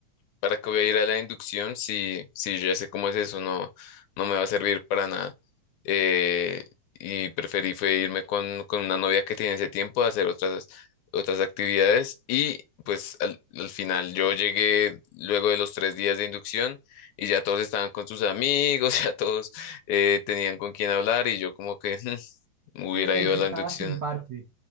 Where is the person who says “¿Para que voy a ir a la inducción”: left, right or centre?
Left